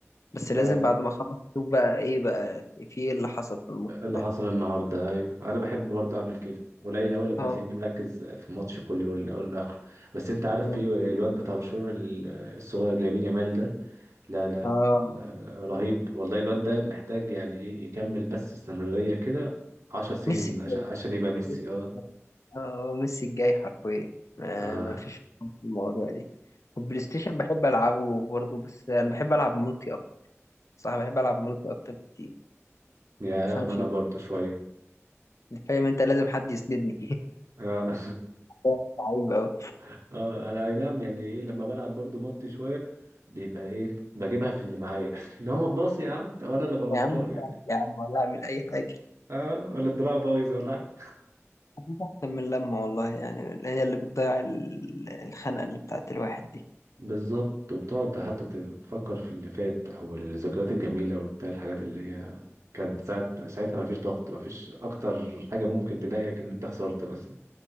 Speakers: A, on the left; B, on the right.
A: بس لازم
B: اه
A: بعد ما اخلص اشوف بقى ايه بقى في ايه اللي حصل في الماتش
B: إيه اللي
A: ده
B: حصل النهارده ايوه انا بحب برضه اعمل كده قليل قوي لما
A: اه
B: تلاقيني مركز في الماتش كله من الاول للاخر بس انت عارف
A: بالظبط
B: في الواد بتاع برشلونة ال- الصغير لامين يامال ده لا لا
A: اه
B: لا رهيب والله الواد ده محتاج يعني ايه يكمل بس استمرارية كده عشر سنين
A: ميسي
B: عشان
A: الجاي
B: عشان يبقى ميسي
A: ميسي
B: اه
A: الجاي. اه ميسي الجاي حرفيا ما
B: آه.
A: ما فيش في المواضيع دي والبلاي ستيشن بحب العبه برضه بس انا بحب العب ملتي اكتر صح بحب العب ملتي اكتر بكتير
B: يا
A: تفهمش
B: انا برضو شويه
A: فاهم انت لازم حد يسندني
B: اه
A: <laughs> عيب قوي
B: <laughs> آه، انا اي نعم يعني ايه لما بلعب برضو مالتي شويه بيبقى ايه بجيبها في اللي معايا <laughs> اللي هو ما تباصي يا عم طب انا اللي ببقى غلطان
A: يا عم ساعد
B: يعني
A: يا عم ولا اعمل اي حاجه
B: اه ولا الدراع بايظ ولا حاجه
A: أكيد احسن من لما والله يعني هي اللي بتضيع ال- الخنقه اللي بتاعت الواحد دي
B: بالظبط وبتقعد حتى تفكر في اللي فات او الذكريات الجميله وبتاع الحاجات اللي هي كانت ساعة ساعتها ما فيش ضغط ما فيش اكتر حاجه ممكن تضايقك ان انت خسرت مثلا